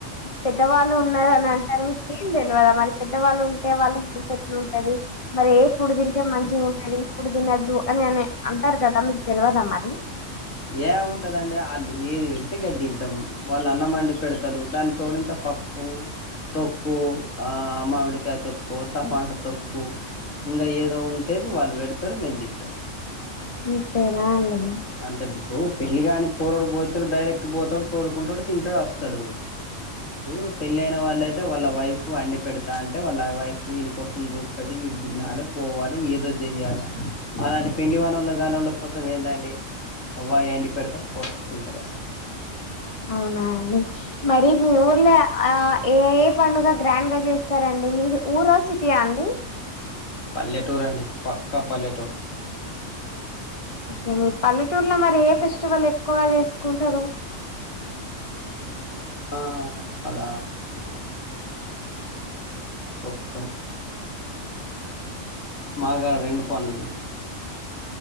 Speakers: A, on the left; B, on the left.
A: పెద్దవాళ్ళు ఉన్నారు అని అంటారు. అంటే మీకు ఏం తెలియదా. మరి పెద్దవాళ్ళు ఉంటే వాళ్ళ హెల్త్ ఎట్లా ఉంటది మరి. ఏ ఫుడ్ తింటే మంచిగా ఉంటది. ఫుడ్ తినద్దు అని అట్లనే అంటారు కదా మీకు తెలివదా అది
B: ఏం ఉంటదిదండి. వాళ్ళు ఏది పెడితే గది తింటాం. వాళ్ళు అన్నం వండి పెడుతారు. దానితోని ఇంత పప్పు, తొక్కు, మామిడికాయ తొక్కు, టమాటా తొక్కు, ఇంకా ఏదో ఉంటేది వాళ్ళు పెడతారు. మేము తింటాం.
A: అంతేనా అండి
B: అంటే ఊ పెళ్లి కానీ పోరడు పోతాడు. డైరెక్ట్ పోతాడు తోడుకుంటాడు. తింటడు వస్తడు. ఊ పెళ్ళి అయిన వాళ్ళయితే వాళ్ళ వైఫ్ అండి పెడతా అంటే, వాళ్ళ వైఫ్ వీని కోసం చూస్తదీ. వీని తినాల పోవాల ఏదో చెయాల మాలాంటి పెళ్ళి గన్నోళ్ల కోసం ఏందండి అవ్వ అయ్యా ఒండి పెడతారు పోతారు తింటారు వస్తారు
A: అవునా అండి మరి మీ ఊర్లో ఏ ఏ పండుగ గ్రాండ్ గా చేస్తారండి. మీది ఊరా సిటీయా అండి.
B: పల్లెటూరు అండి పక్కా పల్లెటూరు
A: ఓకే మీ పల్లెటూర్లో మరి ఏ ఫెస్టివల్ ఎక్కువగా చేసుకుంటారు.
B: ఆ పడ ఒక్క మాగాడ రెండు పండుగలు